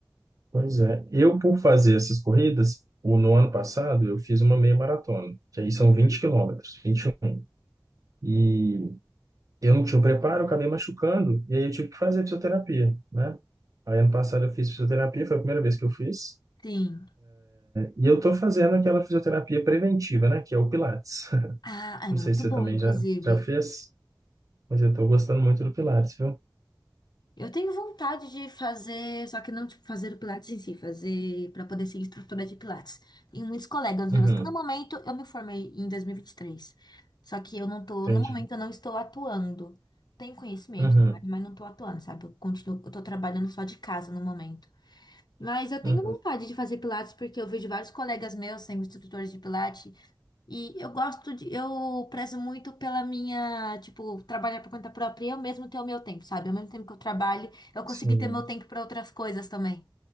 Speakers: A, on the right; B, on the left.
A: Pois é. Eu, por fazer essas corridas, o- no ano passado, eu fiz uma meia maratona, que aí são
B: Uhum.
A: 20 quilômetros, 21. E um. E eu não tinha o preparo, eu acabei machucando, e aí eu tive que fazer fisioterapia, né? Aí ano passado eu fiz fisioterapia, foi a primeira vez que eu fiz.
B: Sim.
A: E eu tô fazendo aquela fisioterapia preventiva, né? Que é o Pilates. <laughs>
B: Ah, é
A: Não
B: muito
A: sei se você
B: bom,
A: também
B: inclusive.
A: já, já fez, mas eu tô gostando muito do Pilates, viu?
B: Eu tenho vontade de fazer, só que não, tipo, fazer o Pilates em si, fazer para poder ser instrutora de Pilates. Tenho muitos colegas
A: Uhum,
B: meus que no momento eu me formei em 2023. Só que eu não tô,
A: entendi.
B: no momento eu não estou atuando. Tenho conhecimento
A: Uhum,
B: na área, mas não tô atuando, sabe? Eu continuo, eu tô trabalhando só de casa no momento. Mas eu tenho
A: uhum,
B: vontade de fazer Pilates porque eu vejo vários colegas meus sendo instrutores de Pilates e eu gosto de, eu prezo muito pela minha, tipo, trabalhar por conta própria e eu mesmo ter o meu tempo, sabe? Ao mesmo tempo que eu trabalho, eu consegui
A: sim.
B: ter meu tempo para outras coisas também.